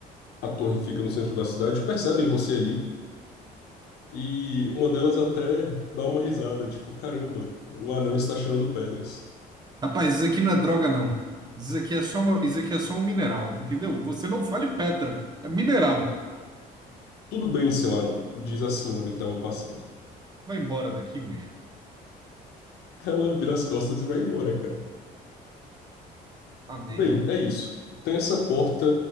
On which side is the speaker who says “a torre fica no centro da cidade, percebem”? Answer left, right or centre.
Left